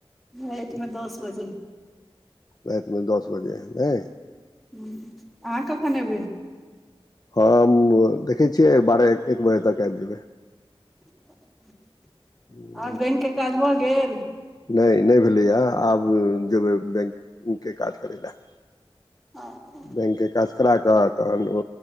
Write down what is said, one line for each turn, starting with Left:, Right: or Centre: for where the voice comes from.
Centre: रतमे दस बजे।।
Left: राति मे दस बजे है नहि।।
Centre: ह अहाँ कखन एयबै।।
Left: हम देखै छियै बारह एक बजे तक आबि जेबै।।
Centre: <inaudible>
Left: ह।
Centre: आर बैक के काज भऽ गेल।
Left: नहि नहि भेलैय आब जेबै बैनके काज करै लए।
Centre: ह
Left: बैनके काज करा कऽ तहन ओ